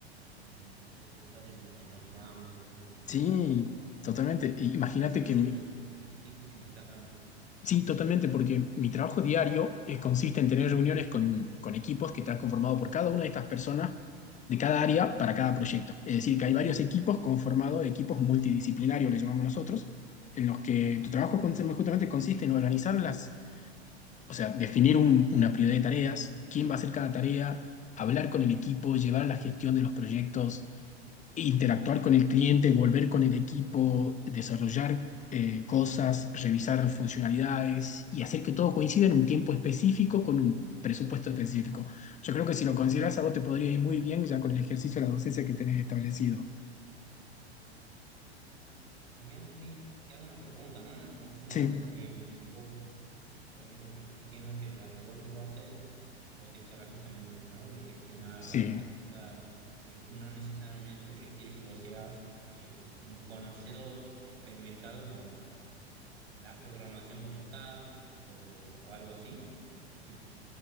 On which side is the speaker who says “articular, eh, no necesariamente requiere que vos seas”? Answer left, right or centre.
Right